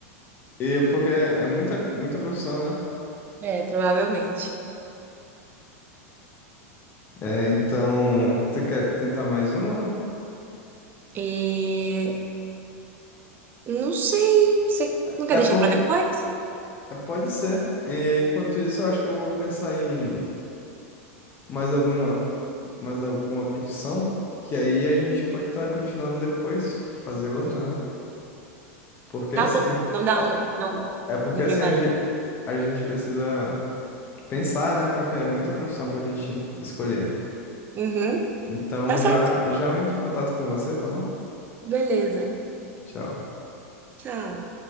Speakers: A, on the left (about 25°); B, on the right (about 25°).
A: E porque é muita, muita profissão, né?
B: É, provavelmente.
A: É, então, você quer tentar mais uma?
B: E não sei. Você
A: É
B: não quer
A: é
B: deixar
A: porque
B: pra depois?
A: É, Pode ser. E, enquanto isso, eu acho que eu vou pensar em mais alguma, mais alguma profissão, que aí a gente pode estar continuando depois, fazer outra, né? Porque
B: Tá
A: assim,
B: bom. Vamos dar
A: é,
B: um, dar um
A: é porque
B: um intervalinho.
A: assim a gente, a gente precisa pensar, né? Porque é muita profissão pra gente escolher.
B: Uhum.
A: Então
B: Tá certo.
A: já já eu entro em contato com você, tá bom?
B: Beleza.
A: Tchau.
B: Tchau.